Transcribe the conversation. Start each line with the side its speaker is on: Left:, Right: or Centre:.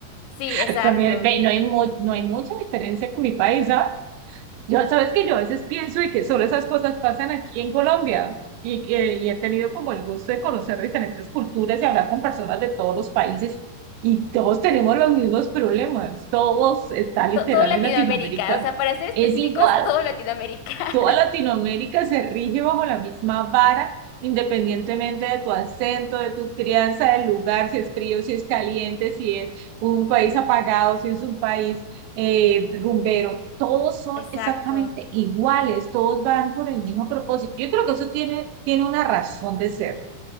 Left: Sí,
Right: <laughs>
Left: exacto.
Right: También, ve, no hay, mu- no hay mucha diferencia con mi país, ¿sabes? Yo, sabes que yo a veces pienso y que solo esas cosas pasan aquí en Colombia y, que- y he tenido como el gusto de conocer diferentes culturas y hablar con personas de todos los países y todos tenemos los mismos problemas, todos está literal
Left: To- todo Latinoamérica,
Right: en Latinoamérica,
Left: o sea, para ser específicos,
Right: es igual
Left: todo Latinoamérica. <laughs>
Right: toda Latinoamérica se rige bajo la misma vara, independientemente de tu acento, de tu crianza, del lugar, si es frío, si es caliente, si es un país apagado, si es un país eh, rumbero. Todos son
Left: Exacto.
Right: exactamente iguales, todos van por el mismo propósito. Yo creo que eso tiene, tiene una razón de ser.